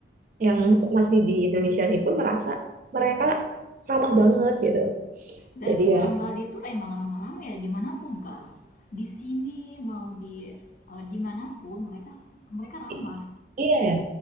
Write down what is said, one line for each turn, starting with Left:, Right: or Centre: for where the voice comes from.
Right: yang masih di Indonesia ini pun merasa mereka ramah banget gitu.
Left: Dan
Right: Jadi
Left: orang
Right: ya
Left: Bali itu emang ramah-ramah ya dimanapun kalau di sini mau di eh, dimanapun mereka mereka ramah.
Right: i- iya ya.